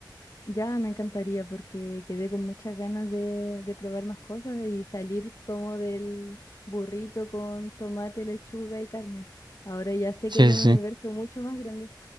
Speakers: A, on the left; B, on the right.
A: Ya me encantaría porque quedé con muchas ganas de, de probar más cosas y salir como del burrito con tomate, lechuga y carne. Ahora ya sé
B: Sí,
A: que hay un
B: sí, sí.
A: universo mucho más grande.